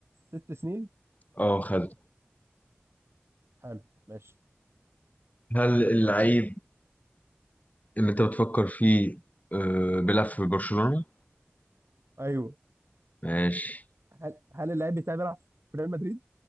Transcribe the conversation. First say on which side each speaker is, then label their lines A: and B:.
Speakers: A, on the right; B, on the left.
A: ست سنين
B: اه خد
A: حلو ماشي
B: هل اللعيب اللي انت بتفكر فيه آه، بيلعب في برشلونة؟
A: ايوه
B: ماشي
A: هل هل اللعيب بتاعي بيلعب في ريال مدريد؟